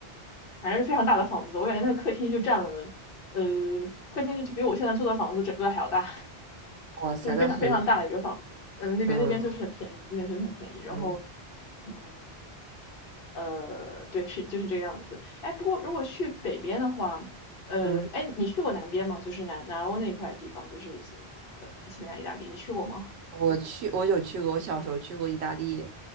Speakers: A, on the left (about 60°); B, on the right (about 80°).
A: 反正是非常大的房子，我感觉那个客厅就占了呃客厅就比我现在租的房子整个还要大。
B: 哇塞，
A: 就是非常非常大的一个房子。
B: 那很爽。
A: 嗯，那边那边就是很便宜的，
B: 嗯
A: 那边就是很便宜。然后，
B: 嗯
A: 嗯，呃，对，是就是这个样子。哎，不过如果去北边的话，呃，
B: 嗯，
A: 哎，你去过南边吗？就是南南欧那块地方，就是西呃西班牙、意大利，你去过吗？
B: 我去，我有去过，我小时候去过意大利，